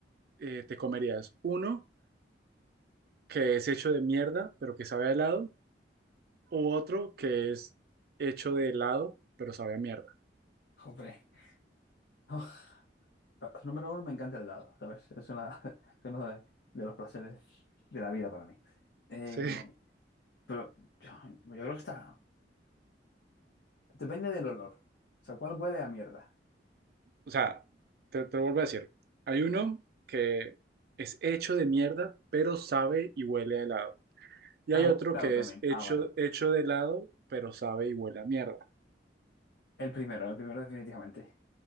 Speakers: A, on the right; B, on the left.
A: eh, te comerías. Uno que es hecho de mierda, pero que sabe a helado, o otro que es hecho de helado, pero sabe a mierda.
B: Joder. Oh, número uno, me encanta el helado, ¿sabes? Es una, <laughs> es uno de, de los placeres de la vida para mí. Eh,
A: Sí,
B: pero yo, yo creo que está... Depende del olor. O sea, ¿cuál huele a mierda?
A: o sea, te, te lo vuelvo a decir. Hay uno que es hecho de mierda, pero sabe y huele a helado. Y
B: Ah,
A: hay
B: huele
A: otro
B: a
A: que
B: helado también.
A: es hecho,
B: Ah, vale, vale.
A: hecho de helado, pero sabe y huele a mierda.
B: El primero, el primero definitivamente.